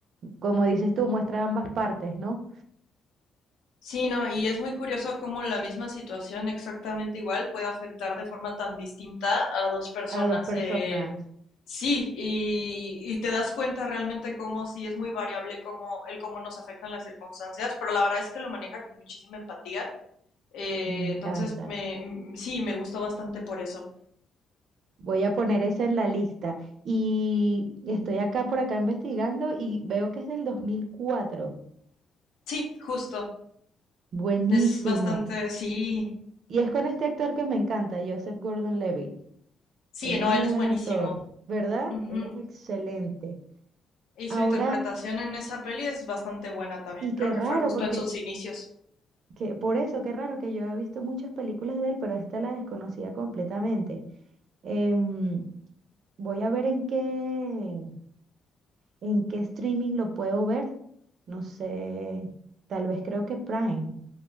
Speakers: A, on the right; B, on the left.
A: como dices tú, muestra ambas partes, ¿no?
B: Sí, no, y es muy curioso cómo la misma situación exactamente igual puede afectar de forma tan distinta a dos personas.
A: A dos personas.
B: Eh, sí, y, y te das cuenta realmente cómo sí es muy variable cómo, el cómo nos afectan las circunstancias, pero la verdad es que lo maneja con muchísima empatía. Eh,
A: Me encanta.
B: entonces, me, m- sí, me gustó bastante por eso.
A: Voy a poner esa en la lista. Y estoy acá por acá investigando y veo que es del dos mil cuatro,
B: Sí, justo.
A: Buenísimo.
B: Es bastante, sí,
A: Y es con este actor que me encanta, Joseph Gordon-Levitt.
B: sí,
A: Él
B: no,
A: es muy
B: él es
A: buen
B: buenísimo.
A: actor, ¿verdad?
B: Ujú.
A: Él es excelente.
B: Y su
A: Ahora,
B: interpretación en esa peli es bastante buena también.
A: y qué
B: Creo
A: raro,
B: que fue justo
A: porque
B: en sus inicios.
A: que, por eso, qué raro que yo he visto muchas películas de él, pero esta la desconocía completamente. Em, voy a ver en qué, en qué streaming lo puedo ver. No sé, tal vez creo que Prime